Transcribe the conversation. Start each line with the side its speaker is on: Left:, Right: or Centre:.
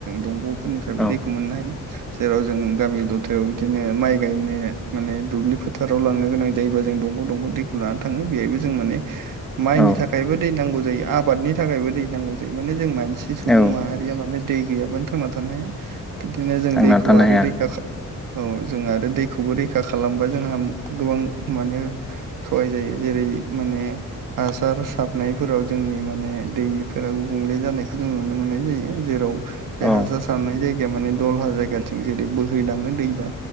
Right: दंगफोरनिफ्रायबो
Centre: औ
Right: दै जेराव जों गामि दथायाव बिदिनो माइ गायनो माने दुब्लि फोथाराव लांनो गोनां जायो जों दंग दंग दैखौ लानानै थाङो। बेवहायबो जों माने माइनि
Centre: औ
Right: थाखायबो दै नांगौ जायो आबादनि थाखायबो दै नांगौ जायो माने जों माइ मोनसे सुबुं
Centre: औ
Right: माहारिया माने दै गैयाबानो थांना थानाया बिदिनो जों
Centre: थांनानै
Right: दैखौ
Centre: थानो
Right: आरो
Centre: हाया
Right: रैखा खालामो औ जों आरो दा दैखौबो रैखा खालामबा जोंहा गोबां माने सहाय जायो जेरै माने हासार सारनायफोराव जोंनि माने दैफोरा गुबुंले जानायखौ जों नुनो मोननाय जायो। जेराव बे
Centre: औ
Right: हासार सारनाय जायगाया माने दलहा जायगाथिं जेरै बोहैलाङो दैबा